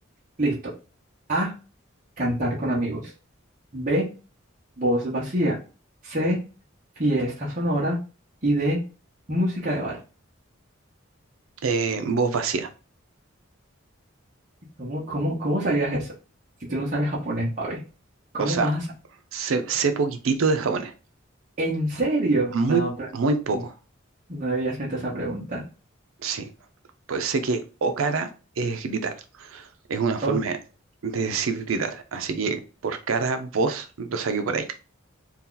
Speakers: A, on the right; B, on the right.
A: Listo. A, cantar con amigos. B, voz vacía. C, fiesta sonora. Y D, música de bar.
B: Eh, voz vacía.
A: ¿Cómo, cómo, cómo sabías eso? Si tú no sabes japonés, pabe. ¿Cómo
B: O sea,
A: vas a sa-
B: Sé, sé poquitito de japonés,
A: ¿En serio?
B: muy,
A: No, pra-
B: muy poco,
A: n- no debía hacerte esa pregunta.
B: sí. Pues sé que okara es gritar, es una forma
A: Ok,
B: de decir gritar, así que por cara, voz, lo saqué por ahí,